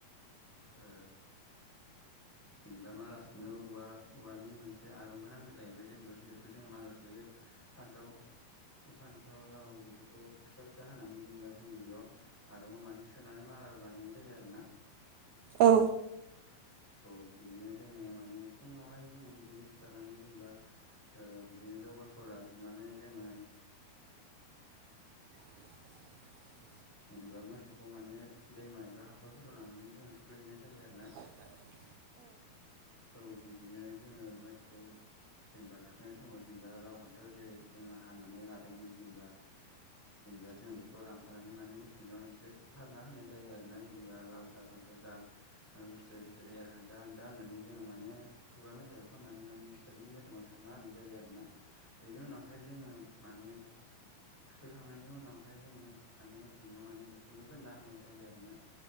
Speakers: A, in the centre; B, on the right.
A: ओ। जेनेबा मालासुनो ओवा औवानि मोनसे आरंबो नांगौ जाहैबाय जेनेबा जिहेतु जोंङो माला सुयो बे फान्थाव फान्थाव लाव बेफोरखौ फिसा फिसा हानानै जेनेबा जोङो बेयाव आरङाव मानि सोनानै मा मालाबो बानाय जायो आरो ना।
B: औ।
A: औ बिदिनो जोङो माने फुङावहाय जोङो बिदिनो सिखारनानै जेनेबा बिदिनो जगारखौ लाजोबनानै जोङो
B: <inaudible>
A: जेनेबा मोसौखौ माने दैमा एबा हाखरफोराव लांनानै जोङो थुखैहैनाय जायो आरोना।
B: <inaudible>
A: औ बिदिनो जोङो मोसौखौ जेनेबा थुखैनाय समाव जेनेबा लाव फान्थाव जे जोङो हानानै लादोंमोन जेनेबा। जेनेबा जों बेखौ। लांफानानै मोसौाव एसे सारना होनाय जायो आरोना जेनेबा लाव जा फान्थाव जा बोसोर बसोरै एर हानजा हानजा होननानै जोङो माने खुगा मेथाइखौ खननानै माने बिसोरनि मोदोमाव सारना होनाय जायो आरो ना बेनि उनावहाय जोङो माने थुखैखांनायनि उनावहाय जोङो माने मोसौनियाव माने दुसुमैफोर फोनना होनाय जायो आरो ना